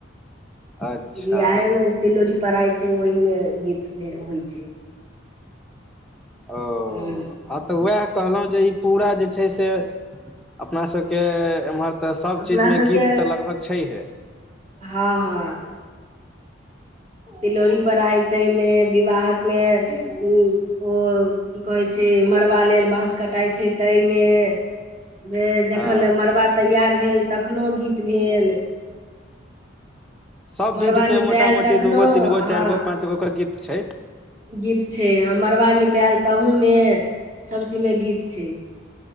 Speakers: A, in the centre; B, on the right.
A: अच्छा
B: बियाहे मे तिलोरी पराय छै ओहिमे गीत होइ छै
A: ओ
B: हूँ
A: हात तऽ वएह कहलहुँ जे ई पूरा जे छै से अपना सबके एमहर तऽ सब
B: अपना
A: चीजमे
B: सबके
A: गीत तऽ लगभग छैहिये
B: हँ हँ तिलोरी परइ तेमे विवाह मे ओ कहेछै मड़बा लेल बाँस कटाइ छै तैयमे हं जखन
A: हँ
B: मड़बा तैयार भेल तखनो गीत भेल
A: सब
B: मड़बा
A: विध के
B: निपायल
A: मोटा मोटी
B: तखनो
A: दू गो तीन गो
B: हँ
A: चारि गो पांच गो के गीत छै
B: गीत छै ह मड़बा निपायल तहू मे सब चीज मे गीत छै